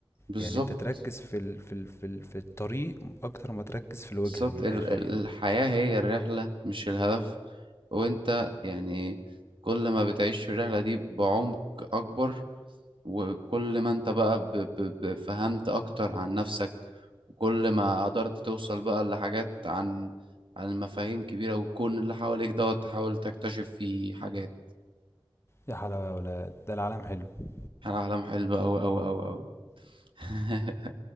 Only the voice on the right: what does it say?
بالظبط
بالظبط
ال-
ال-
الحياة هي الرحلة مش الهدف وانت يعني كل ما بتعيش في الرحلة دي بعمق أكبر وكل ما انت بقى ب- ب- ب- فهمت أكتر عن نفسك وكل ما قدرت توصل بقى لحاجات عن عن مفاهيم كبيرة والكون اللي حواليك دوت تحاول تكتشف فيه حاجات
العالم حلو أوي أوي أوي أوي <laughs>